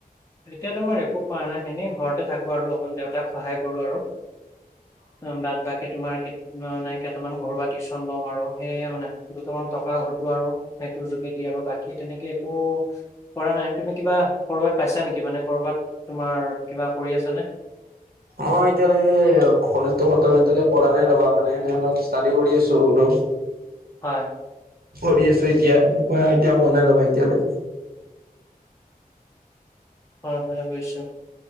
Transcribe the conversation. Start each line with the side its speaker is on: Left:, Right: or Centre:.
Left: এতিয়া তোমাৰ একো কৰা নাই এনেই ঘৰতে থাকোঁ আৰু অকণ দেউতাক সহায় কৰোঁ আৰু। অ', বাট বাকী তোমাৰ কি <unintelligible> মানে কেইটামান ঘৰুৱা টিউচন লওঁ আৰু সেয়ে মানে দুটামান টকা ঘটোঁ আৰু সেইটোৰ যোগেদি। আৰু বাকী তেনেকে একো কৰা নাই তুমি কিবা ক'ৰবাত পাইছা নেকি? মানে ক'ৰবাত তোমাৰ কিবা কৰি আছাঁনে?
Right: অ' এতিয়ালৈকে এ কলেজতো খতম এতিয়ালৈ কৰা নাই ৰ'বা মানে এনে অলপ ষ্টাডি কৰি আছোঁ বোলোঁ। <inaudible>
Left: হয়
Right: কৰি আছোঁ এতিয়া হোৱা এতিয়া হোৱা নাই ৰ'বা এতিয়ালৈকে।
Left: অ', হা বুজিছোঁ।